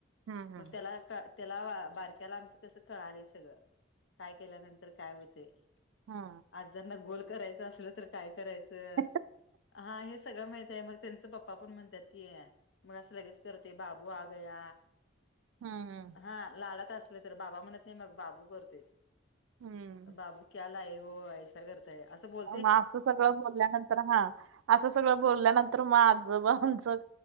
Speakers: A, on the right (about 80°); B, on the left (about 60°).
A: हम्म हम्म
B: मग त्याला त्याला बारक्याला आमचं कसं कळालंय सगळं. काय केल्यानंतर काय होते.
A: हा
B: आजांना गोल करायचं असलं तर काय करायचं?
A: हम्म
B: हा हे सगळं माहित आहे मग त्यांच पप्पा पण म्हणतात की मग असं लगेच करते बाबू आगया
A: हम् हम्
B: हा लाडात असले तर बाबा म्हणत नाही मग बाबू करते
A: हम्म
B: बाबू. कला आहे हो आहे. य <unintelligible>
A: मग असं सगळं बोलल्यानंतर हा असं सगळं बोलल्यानंतर मग आजबचं.